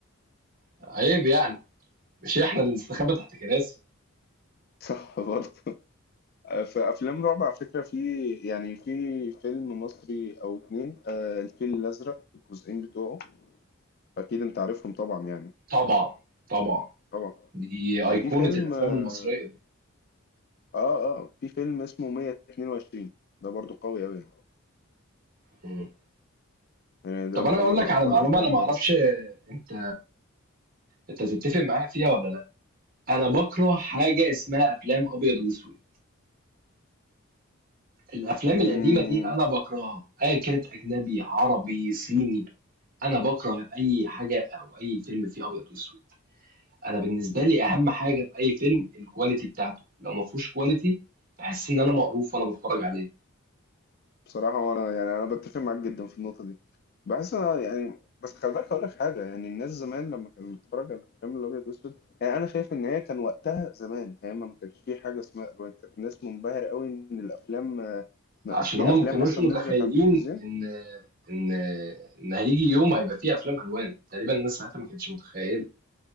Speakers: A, on the right; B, on the left.
A: عيب يعني مش احنا اللي نستخبى تحت كراسي
B: <laughs> صح برضه في أفلام رعب على فكرة في يعني في فيلم مصري أو اتنين آه، الفيل الأزرق الجزئين بتوعه أكيد أنت عارفهم طبعا يعني
A: طبعا طبعا
B: طبعا
A: دي ايقونة
B: وفي فيلم
A: الافلام
B: آه،
A: المصرية دي
B: اه اه في فيلم اسمه 122 ده برضو قوي أوي
A: مم.
B: يعني ده
A: طب
B: ده
A: انا اقول
B: من
A: لك
B: أقوى
A: على معلومة
B: الأفلام
A: انا ما
B: برضو
A: اعرفش آه، انت انت تتفق معايا فيها ولا لا انا بكره حاجة اسمها افلام ابيض واسود الأفلام
B: مم،
A: القديمة دي أنا باكرهها، أيًا كانت أجنبي، عربي، صيني، أنا باكره أي حاجة أو أي فيلم فيه أبيض وأسود، أنا بالنسبة لي أهم حاجة في أي فيلم الكواليتي بتاعته، لو ما فيهوش كواليتي باحس إن أنا مقروف وأنا باتفرج عليه،
B: بصراحة وأنا يعني أنا بتفق معاك جدا في النقطة دي بحس أنا يعني بس خلي بالك هقول لك حاجة يعني الناس زمان لما كانت بتتفرج على الأفلام الأبيض وأسود يعني أنا شايف إن هي كان وقتها زمان هي ما ما كانش في حاجة اسمها ألوان كانت الناس منبهرة أوي إن الأفلام آه،
A: عشان
B: في
A: هما
B: أفلام
A: ما كانوش
B: أصلا
A: متخيلين
B: نزلت على التلفزيون
A: إن إن إن هيجي يوم هيبقى فيه أفلام ألوان، تقريبًا الناس ساعتها ما كانتش متخيلة،